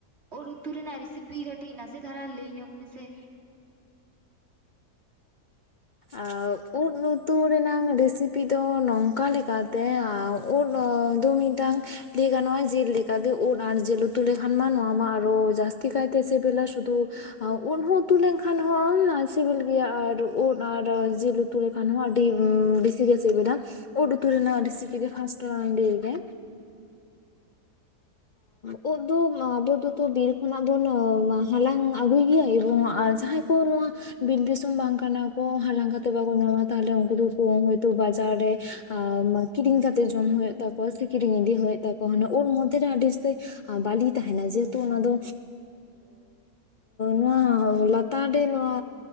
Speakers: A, on the right (about 40°); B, on the left (about 80°).
A: ᱩᱫ ᱩᱛᱩ ᱨᱮᱱᱟᱜ ᱨᱮᱥᱤᱯᱤ ᱠᱟᱹᱴᱤᱡ ᱱᱟᱥᱮ ᱫᱷᱟᱨᱟ ᱞᱟᱹᱭ ᱧᱚᱜᱽ ᱢᱮᱥᱮ?
B: ᱮᱫ ᱩᱫ ᱩᱛᱩ ᱨᱮᱱᱟᱝ ᱨᱮᱥᱤᱯᱤ ᱫᱚ ᱱᱚᱝᱠᱟ ᱞᱮᱠᱟᱛᱮ ᱮᱸ ᱩᱫ ᱫᱚ ᱢᱤᱫᱴᱟᱝ ᱞᱟᱹᱭ ᱜᱟᱱᱚᱜᱼᱟ ᱡᱮᱞ ᱞᱮᱠᱟ ᱜᱮ ᱩᱫ ᱟᱨ ᱡᱤᱞ ᱩᱛᱩ ᱞᱮᱠᱷᱟᱱ ᱢᱟ ᱱᱚᱣᱟ ᱢᱟ ᱟᱨᱦᱚ ᱡᱟᱹᱥᱛᱤ ᱡᱟᱥᱛᱤ ᱠᱟᱭᱛᱮ ᱥᱤᱵᱤᱞᱟ ᱥᱩᱫᱷᱩ ᱩᱫ ᱦᱚᱸ ᱩᱛᱩ ᱞᱮᱱᱠᱷᱟᱱ ᱦᱚᱸ ᱚᱱᱟ ᱥᱤᱵᱤᱞ ᱜᱮᱭᱟ ᱟᱨ ᱩᱫ ᱟᱨ ᱡᱤᱞ ᱩᱛᱩ ᱞᱮᱠᱷᱟᱱ ᱦᱚᱸ ᱟᱹᱰᱤ ᱵᱤᱥᱤ ᱜᱮ ᱥᱤᱵᱤᱞᱟ᱾ ᱩᱫ ᱩᱛᱩ ᱨᱮᱱᱟᱜ ᱨᱤᱥᱯᱤ ᱜᱮ ᱯᱷᱟᱥᱴ ᱞᱟᱝ ᱞᱟᱹᱭ ᱜᱮ ᱩᱫ ᱫᱚ ᱟᱵᱚ ᱫᱚ ᱛᱚ ᱵᱤᱨ ᱠᱷᱚᱱᱟᱜ ᱵᱚᱱ ᱦᱟᱞᱟᱝ ᱟᱹᱜᱩᱭ ᱜᱮᱭᱟ ᱮᱵᱚᱝ ᱡᱟᱦᱟᱸᱭ ᱱᱚᱶᱟ ᱵᱤᱨ ᱫᱤᱥᱚᱢ ᱵᱟᱝ ᱠᱟᱱᱟ ᱠᱚ ᱦᱟᱞᱟᱝ ᱠᱟᱛᱮ ᱵᱟᱠᱚ ᱧᱟᱢᱟ ᱛᱟᱦᱚᱞᱮ ᱩᱱᱠᱩ ᱫᱚ ᱠᱚ ᱛᱚ ᱵᱟᱡᱟᱨ ᱨᱮ ᱠᱤᱨᱤᱧ ᱠᱟᱛᱮ ᱡᱚᱢ ᱦᱩᱭᱩᱜ ᱛᱟᱠᱚᱣᱟ ᱥᱮ ᱠᱤᱨᱤᱧ ᱤᱫᱤ ᱦᱩᱭᱩᱜ ᱛᱟᱠᱚᱣᱟ ᱩᱱ ᱢᱚᱫᱷᱮ ᱨᱮ ᱟᱰᱤ ᱩᱥᱛᱟᱹᱭ ᱵᱟᱞᱤ ᱛᱟᱦᱮᱱᱟ ᱡᱮᱦᱮᱛᱩ ᱚᱱᱟ ᱫᱚ ᱱᱚᱣᱟ ᱞᱟ ᱛᱟᱨ ᱨᱮ ᱱᱚᱣᱟ